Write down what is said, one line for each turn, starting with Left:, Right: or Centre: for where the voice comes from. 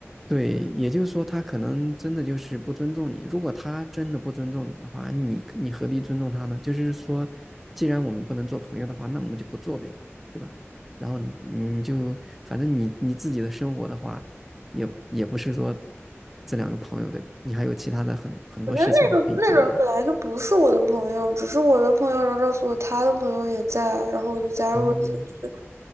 Centre: 对，也就是说，他可能真的就是不尊重你。如果他真的不尊重你的话，你你何必尊重他呢？就是说，既然我们不能做朋友的话，那我们就不做呗，对吧？然后你你就反正你你自己的生活的话，也也不是说这两个朋友对吧？你还有其他的很很多事情你可以做的呀。
Right: 我觉得那个那个人本来就不是我的朋友，只是我的朋友，然后告诉我他的朋友也在，然后我就加入了进去。
Centre: 嗯